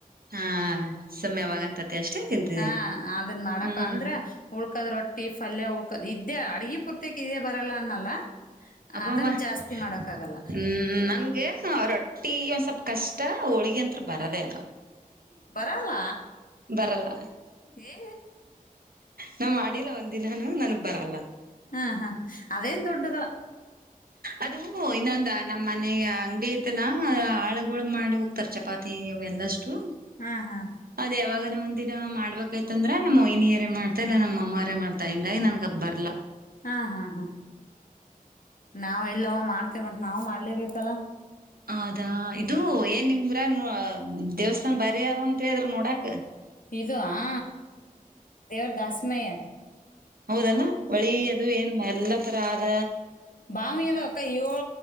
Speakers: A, on the right; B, on the left.
A: ಹಾ ಸುಮ್ ಯಾವಾಗಂತತಿ ಅಷ್ಟೇ ತಿಂತಿದೀನಿ
B: ಹಾ ಅದನ್ ಮಾಡಕ
A: ಹ್ಮ್
B: ಅಂದ್ರೆ ಉಳ ಉಳ್ಕದ್ ರೊಟ್ಟಿ ಫಲ್ಯ ಉಳ್ಕದ ಇದ್ದೇ ಅಡ್ಗಿ ಪೂರ್ತಕ್ ಇದೇ ಬರಲ್ಲ ಅನ್ನಲ್ಲ
A: ಅಬ್ಬಬ
B: ಅದನ್
A: ಹ್ಮ
B: ಜಾಸ್ತಿ ಮಾಡಕ್ ಆಗಲ್ಲ
A: ನನ್ಗೆ ರೊಟ್ಟಿ ಒಂದ ಸ್ವಪ ಕಷ್ಟ ಷ್ಟ ಹೋಳಗ ಅಂತ್ತ್ರ ಬರದೇ ಅಲ್ಲ
B: ಬರಲ್ಲ
A: ಬರಲ್ಲ
B: ಏ
A: ನಾವ್ ಮಾಡಿಲ್ಲ ಒಂದಿದಿನನು ನನಗ ಬರಲ್ಲ
B: ಹಾ ಹಾ ಅದೇ ಏನೂ ದೊಡ್ಡದು
A: ಅದು ಇನ್ನೊಂದ ನಮ್ಮ್ ಮನೆಗೆ ಅಂಗಡಿ ತನ ಆಳ್ಗಳು ಮಾಡುವ ತರ ಚಪಾತಿ ಎಲ್ಲಷ್ಟು
B: ಹಾ ಹಾ
A: ಅದ ಯಾವಾಗ ಒಂದಿನನನ ಮಾಡ್ಬೇಕಾಯತಂದ್ರ ನಮ್ಮ್ ವಹಿನಿಯರೇ ಮಾಡ್ತಾ ಇಲ್ಲ ನಮ ಅವ್ವ ಅರೆ ಮಾಡ್ತಾ ಹಿಂಗ ನನಗ ಬರಲ್ಲ
B: ಹಾ ಹಾ ಹಾ ನಾವ್ ಇಲ್ಲವ ಮಾಡ್ತೆವೆ ಮತ್ತ್ ನಾವ್ ಮಾಡ್ಲೇಬೇಕಲ್ಲ
A: ಹದಾ ಇದು ಏನ್ ನಿಮ ಊರಾಗ ದೇವಸ್ಥಾನ ಬರಿ ಅದಂತ ಹೇಳಿದ್ರ ನೋಡಕ್
B: ಇದು ಆ ದೇವ್ರ ದಾಸಮಯ
A: ಹೌದಲ್ಲ ಹೊಳಿ ಅದು ಏನ್ ಎಲ್ಲಾ ತರ ಆದ
B: ಬಾವಿ ಅದ ಅಕ್ಕ ಏಳ